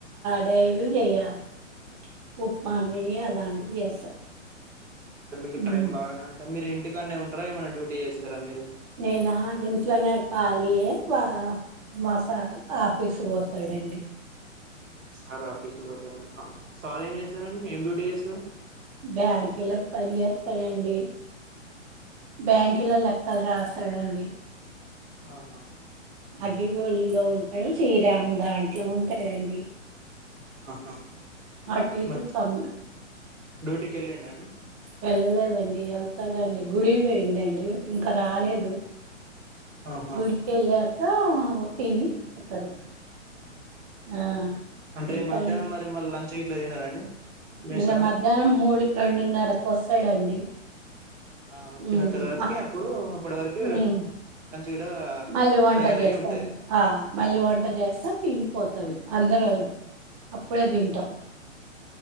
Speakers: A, on the right (about 30°); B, on the right (about 75°).
A: డైలి చేయాలి ఉప్మా అని అలాంటివి చేస్తా
B: మీకు
A: హ్మ్
B: టైమ్ బాగానే ఉంటాం మీరు ఇంటికాన్నే ఉంటారా ఏమైనా డ్యూటీ చేస్తారా మీరు
A: నేనా ఇంట్లోనే కాలిఏ వా మాసార్ ఆఫీసు పోతడండి
B: సార్ ఆఫీస్ పోతడంట సార్ ఏం చేస్తారండి ఏం డ్యూటీ చేస్తడు
A: బ్యాంకులో పని చేస్తాడండి బ్యాంకులల్లా లెక్కలు రాస్తాడండి
B: ఆహా
A: అగ్గిగోలులులో ఉంటాడు శ్రీరాం దాంట్లో ఉంటాయండి
B: ఆహా
A: అట్టిటు
B: మ
A: తమ్
B: డ్యూటీకి వెళ్లిండా అండి
A: వెళ్ళలేదండి వెళ్తాడండీ గుడికి పోయిండండి ఇంకా రాలేదు
B: ఆహా
A: గుడికెల్లాక తిని పోతాడు ఆ
B: అంటే
A: ఇంకా
B: మధ్యాహ్నం
A: అండి
B: మరి మళ్ళీ లంచ్ గిట్లా తినారండి మీ
A: ఇంకా
B: సార్
A: మధ్యాహ్నం మూడు రెండున్నరకు వస్తాడండి
B: ఆ వచ్చిన
A: ఉమ్
B: తర్వాతికి
A: అ
B: అప్పుడు అప్పటి వరకు
A: ఉమ్
B: కూడా
A: మళ్ళీ వంట
B: తయారై
A: చేస్తాండి
B: ఉంటది
A: ఆ మళ్ళీ వంట చేస్తా తినిపోతు తడు అందరం అప్పుడే తింటాం